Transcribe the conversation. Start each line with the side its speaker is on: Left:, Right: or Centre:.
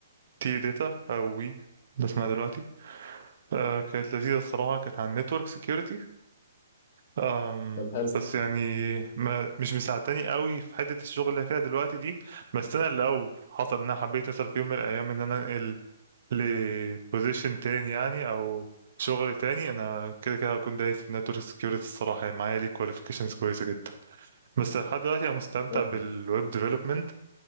Right: تي داتا أو وي ده اسمها دلوقتي آه كانت لذيذة الصراحة كانت عن نتورك سيكيورتي آم
Left: طب حلو
Right: بس يعني ما مش مساعداني قوي في حتة الشغل اللي فيها دلوقتي دي بس أنا لو حصل إن أنا حبيت أسأل في يوم من الأيام إن أنا أنقل لبوزيشن تاني يعني أو شغل تاني أنا كده كده هكون دايس في نتورك سيكيورتي الصراحة يعني معايا ليه كواليفيكيشنز كويسة جدا بس لحد دلوقتي أنا مستمتع
Left: طب
Right: بالويب development